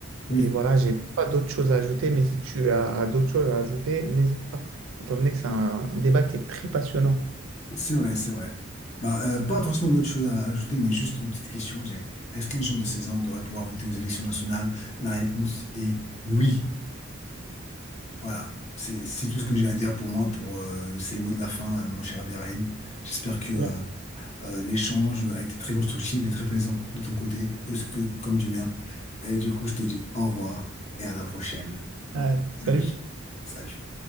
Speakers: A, on the left (about 35°); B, on the right (about 75°).
A: oui.
B: Et voilà, j'ai pas d'autres choses à ajouter, mais si tu as d'autres choses à ajouter, n'hésite pas, étant donné que c'est un débat qui est très passionnant.
A: C'est vrai, c'est vrai. Bah, euh, pas forcément d'autres choses à ajouter, mais juste une petite question. j'ai- Est-ce qu'un jeune de 16 ans devrait pouvoir voter aux élections nationales? La réponse est oui. Voilà. C'est, c'est tout ce que j'ai à dire pour moi. Pour, euh, c'est le mot de la fin, euh, mon cher Abderrahim. J'espère que
B: Très
A: euh,
B: bien.
A: euh, l'échange a été très constructif et très plaisant de ton côté, aussi que- comme du mien. Et du coup, je te dis au revoir et à la prochaine,
B: Euh, salut.
A: mon ami. Salut.